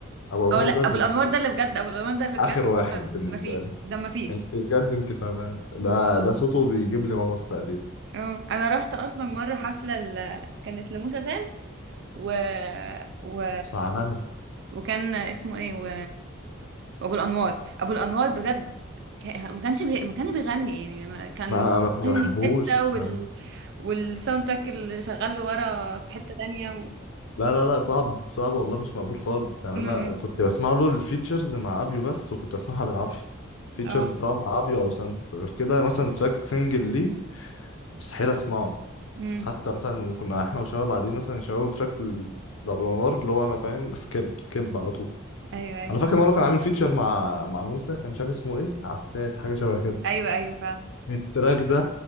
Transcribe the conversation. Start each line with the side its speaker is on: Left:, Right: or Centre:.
Left: أبو الأنوار
Right: او لا
Left: ده
Right: ابو
Left: بي-
Right: الانوار ده اللي بجد ابو الانوار ده اللي بجد
Left: آخر واحد
Right: آه،
Left: بالنسبة
Right: ما فيش
Left: لي
Right: ده ما فيش
Left: أنت بجد أنت فاهمان ده ده صوته بيجيب لي مغص تقريبا
Right: اه انا رحت اصلا مره حفله ل... كانت لموسى سام و... و...
Left: بس عالمي
Right: وكان اسمه ايه و... وابو الانوار ابو الانوار بجد كا- ما كانش بي... ما كانش بيغني يعني ما كان
Left: ما ما ما
Right: بيغني
Left: بحبوش
Right: في حته وال...
Left: يعني
Right: والساوند تراك اللي شغال ورا في حته تانية و...
Left: لا لا لا صعب صعب والله مش مقبول خالص يعني
Right: امم
Left: انا كنت بسمع له الفيتشرز مع ابيو بس وكنت بسمعها بالعافيه فيتشرز
Right: اه
Left: سواء مع ابيو او سانت غير كده مثلا تراك سنجل ليه مستحيل اسمعه
Right: امم
Left: حتى مثلا كنا احنا وشباب قاعدين مثلا يشغلوا تراك ل- لابو الانوار اللي هو انا فاهم سكيب سكيب على طول
Right: ايوه ايوه
Left: انا فاكر مره كان عامل فيتشر مع مع موسى كان مش عارف اسمه ايه عساس حاجه شبه كده
Right: ايوه ايوه فعلا
Left: التراك ده